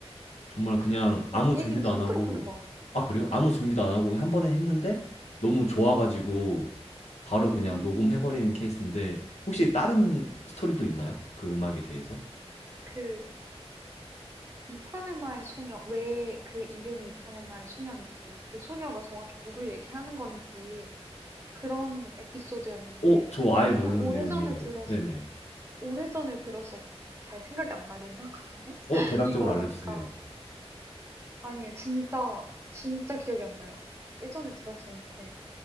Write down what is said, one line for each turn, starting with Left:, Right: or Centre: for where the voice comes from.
Left: 정말 그냥 아무
Right: 어, 이
Left: 준비도
Right: 얘기는 처음
Left: 안 하고,
Right: 들어보는 것 같아요.
Left: 아, 그래요? 아무 준비도 안 하고 그냥 한 번에 했는데
Right: 네,
Left: 너무
Right: 네,
Left: 좋아가지고
Right: 네.
Left: 바로 그냥
Right: 음,
Left: 녹음해버리는 케이스인데 혹시 다른 스토리도 있나요? 그 음악에 대해서?
Right: 그 이파네마의 소녀, 왜 그 이름이 이파네마의 소녀인지, 그 소녀가 정확히 누굴 얘기하는 건지, 그런 에피소드였는데,
Left: 어, 저 아예 모르는
Right: 좀 오래전에
Left: 내용이에요.
Right: 들어서,
Left: 네네.
Right: 오래전에 들어서 잘 생각이 안 나긴 하거든요?
Left: 어,
Right: <laughs>
Left: 대략적으로
Right: 이거
Left: 알려주세요.
Right: 제가, 아니, 진짜, 진짜 기억이 안 나요. 예전에 들었었는데,